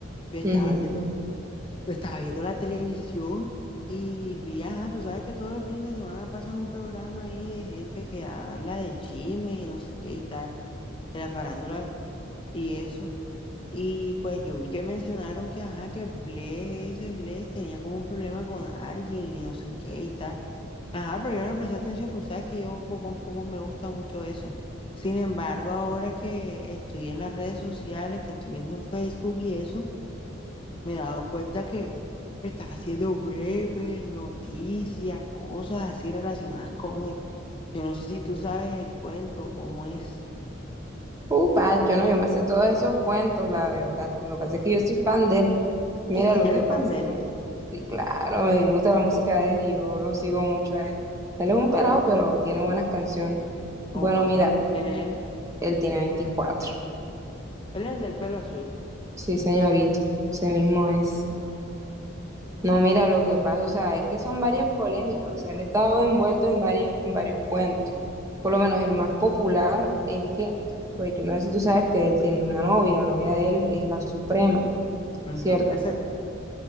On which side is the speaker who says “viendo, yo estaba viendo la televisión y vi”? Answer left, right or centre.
Left